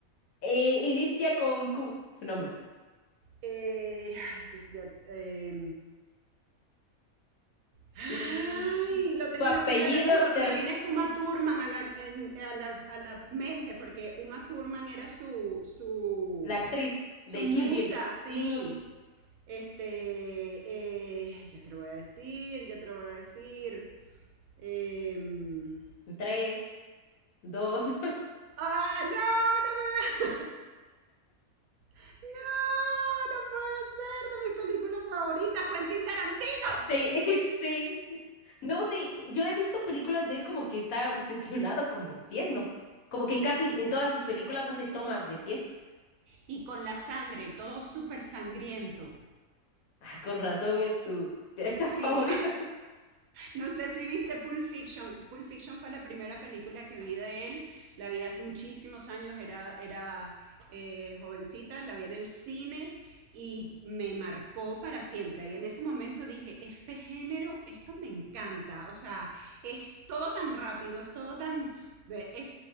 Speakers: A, on the left; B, on the right.
A: Eh, inicia con Q, su nombre.
B: Eh, ya, eh, ay,
A: Y
B: lo
A: su
B: tengo
A: apellido,
B: en la punta de la lengua. Lo que
A: ter-
B: me viene es Uma Thurman a la, en- a la, a la mente, porque Uma Thurman era su, su,
A: la actriz de
B: su musa,
A: Kill Bill.
B: sí.
A: Mm,
B: Este, eh, ya te lo voy a decir, ya te lo voy a decir. Em,
A: Tres, dos, <laughs>
B: ¡Ah, no! ¡No, me no, no puede ser! De mis películas favoritas, Quentin Tarantino.
A: sí, <laughs> sí. No, sí, yo he visto películas de él como que está obsesionado con los pies, ¿no? Como que casi en todas sus películas hace tomas de pies.
B: y con la sangre, todo súper sangriento.
A: Ah, con razón es tu director
B: Sí,
A: <laughs> favorito.
B: No sé si viste Pulp Fiction. Pulp Fiction fue la primera película que vi de él. La vi hace muchísimos años, era, era eh, jovencita, la vi en el cine y me marcó para siempre. Y en ese momento dije, este género, esto me encanta. O sea, es todo tan rápido, es todo tan... de- Es,